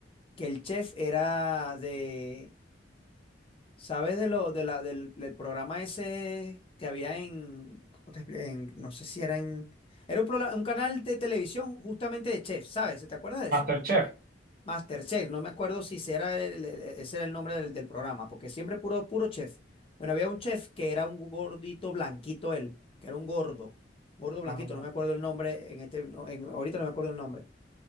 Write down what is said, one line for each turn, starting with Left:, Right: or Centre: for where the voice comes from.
Left: que el chef era de ¿Sabes de lo, de la, del, del programa ese que había en, ¿cómo te expli- en- no sé si era en, era un, prola- un canal de televisión justamente de chef, ¿sabes? ¿Te acuerdas de eso?
Right: Masterchef.
Left: MasterChef, no me acuerdo si ese era el, el- e, ese era el nombre del, del programa, porque siempre puro, puro chef. Bueno, había un chef que era un gordito blanquito él, que era un gordo, gordo blanquito,
Right: No, no, no.
Left: no me acuerdo el nombre, en este, no, en, ahorita no me acuerdo el nombre.